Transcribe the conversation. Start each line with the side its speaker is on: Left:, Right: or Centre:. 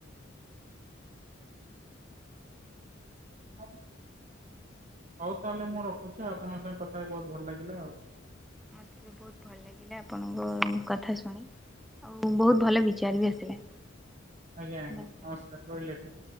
Right: <unintelligible> ହଉ ତାହେଲେ ମୁଁ ରଖୁଛି ଆପଣଙ୍କ ସଙ୍ଗେ କଥା ହେଇ ବହୁତ ଭଲ ଲାଗିଲା ଆଉ।
Centre: ମତେ ବି ବହୁତ ଭଲ ଲାଗିଲା ଆପଣଙ୍କ କଥା ଶୁଣି। ଆଉ ବହୁତ ଭଲ ବିଚାର ବି ଆସିଲା।
Right: ଆଜ୍ଞା
Centre: ଧନ୍ୟବାଦ
Right: ନମସ୍କାର ରହିଲି ଆଜ୍ଞା।